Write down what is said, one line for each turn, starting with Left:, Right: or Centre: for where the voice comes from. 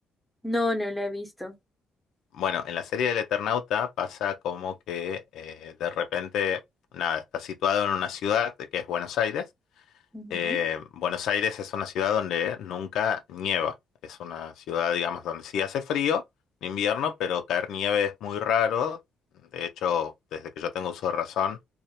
Centre: No, no la he visto.
Left: Bueno, en la serie del Eternauta pasa como que eh, de repente, nada, está situado en una ciudad que es Buenos Aires
Centre: Ujú,
Left: Eh, Buenos Aires es una ciudad donde nunca nieva. Es una ciudad, digamos, donde sí hace frío en invierno, pero caer nieve es muy raro. De hecho, desde que yo tengo uso de razón,